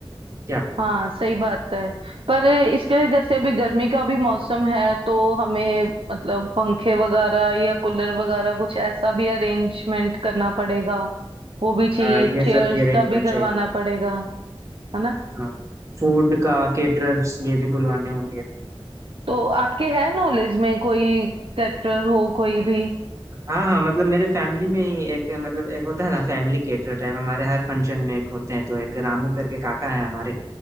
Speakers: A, on the right; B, on the right.
A: क्या
B: हाँ सही बात है पर इसके लिए जैसे अभी गर्मी का भी मौसम है तो हमें मतलब पंखे वगैरह या कूलर वगैरह कुछ ऐसा भी अरेंजमेंट करना पड़ेगा वो भी चाहिए
A: हाँ ये
B: चेयर्स
A: सब ये अरेंजमेंट
B: का भी करवाना
A: चाहिए
B: पड़ेगा है ना
A: हाँ फूड का केटरर्स ये भी बुलवाने होंगे
B: तो आपके है नॉलेज में कोई कैटरर हो कोई भी
A: हाँ हाँ मतलब मेरे फैमिली में ही एक मतलब एक होता है ना फैमिली केटरर टाइप हमारे हर फंक्शन में एक होते हैं तो एक रामू करके काका है हमारे